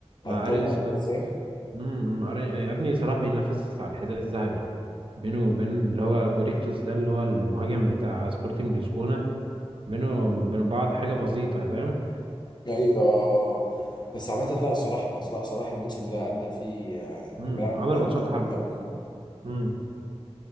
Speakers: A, on the right; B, on the left.
A: مع
B: ارقامه
A: ارني سلوت
B: عامله ازاي
A: امم أرن- يا ابني صلاح بينافس على الحذاء الذهبي بينه وبين اللي هو جوريكتوس ده اللي هو المهاجم بتاع سبورتنج لشبونه بينه وبين بعض حاجه بسيطه فاهم
B: ايوه بس عامه لا صلاح لا صلاح الموسم ده ادى فيه آه،
A: امم
B: كان بيلعب
A: عمل
B: حلو قوي
A: ماتشات
B: قوي
A: حلوة
B: قوي
A: امم